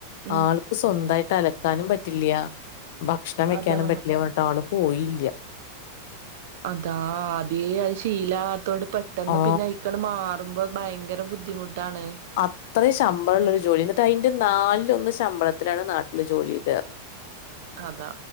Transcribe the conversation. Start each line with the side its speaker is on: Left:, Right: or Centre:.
Right: ഉം
Left: ആൾക് സ്വന്തായിട്ട് അലക്കാനും പറ്റില്യ ഭക്ഷണം വെക്കാനും
Right: അതാ
Left: പറ്റില്യ പറഞ്ഞിട്ട് ആള് പോയില്ല
Right: അതാ അതേ അത് ശീലാകാത്തോണ്ട് പെട്ടെന്ന്
Left: ആ
Right: പിന്നെ അയൊക്കങ്ങട് മാറുമ്പോ ഭയങ്കര ബുദ്ധിമുട്ടാണ്
Left: അത്രയും ശമ്പളള്ളൊരു ജോലി എന്നിട്ട് അതിന്റെ നാലിലൊന്ന് ശമ്പളത്തിലാണ് നാട്ടില് ജോലി ചെയ്ത്
Right: അതാ